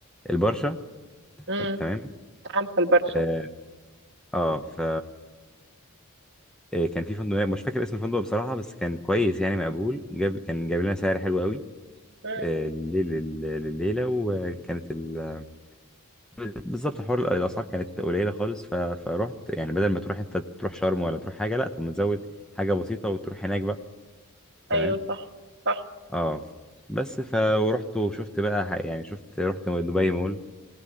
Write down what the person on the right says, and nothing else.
امم
عارفة البرشا
مم.
ايوه صح صح